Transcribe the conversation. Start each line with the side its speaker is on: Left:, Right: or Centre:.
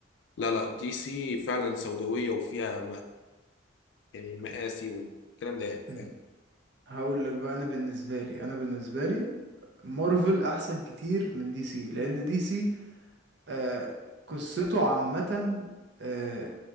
Left: لا لا دي سي فعلا سوداوية وفيها يعني مقاسي والكلام ده يعني
Right: مم.
Left: فاهم
Right: هقول لك بقى انا بالنسبه لي انا بالنسبه لي مارفل احسن كتير من دي سي لان دي سي آه، قصته عامه آه،